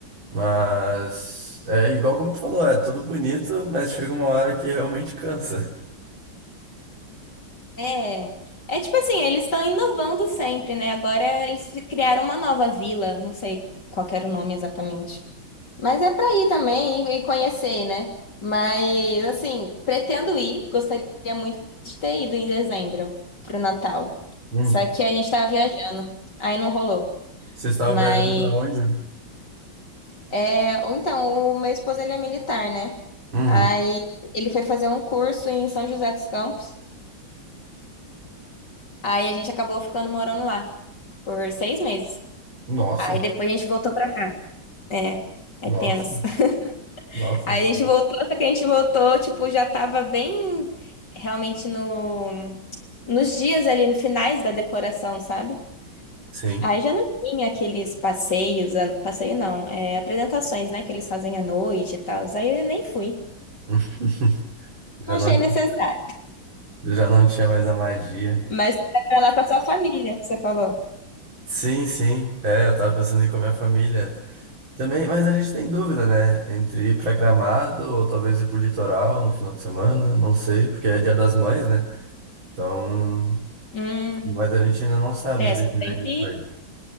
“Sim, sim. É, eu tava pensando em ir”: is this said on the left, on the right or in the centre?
Right